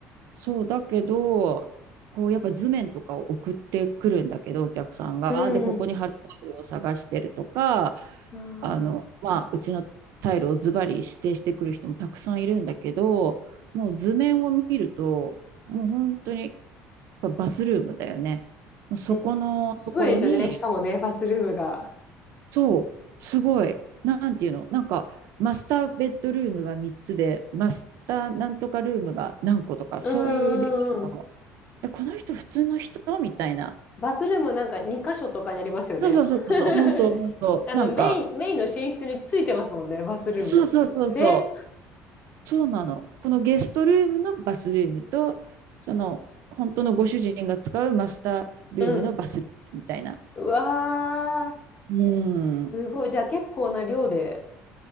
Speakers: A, on the right; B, on the left.
A: そうだけど、こうやっぱ図面とかを送ってくるんだけど、お客さんが。
B: う。うん。
A: で、ここに貼るタイルを探してるとか、
B: あー
A: あの、まあ、うちのタイルをズバリ指定してくる人もたくさんいるんだけど、もう図面を見ると、もう本当にやっぱバスルームだよね。もうそこのところに、
B: ね、広いですよね。しかもね、バスルームが。
A: そう、すごい、なんていうの、なんかマスターベッドルームが3つで、マスターなんとかルームが何個とか、
B: うんうんうん。
A: そういうレベルのえ、この人普通の人みたいな。
B: バスルームなんか2箇所とかにありますよね。
A: そうそうそうそうそう、
B: <laughs>
A: 本当、本当。
B: あの、
A: なんか、
B: メイン、メインの寝室についてますもんね、バスルーム。
A: そうそうそうそ
B: ね。
A: う、そうなの。このゲストルームのバスルームと、その、本当のご主人が使うマスタールームのバスルームみたいな。
B: うん。うわ
A: うん。
B: ー、すごい。じゃあ結構な量で。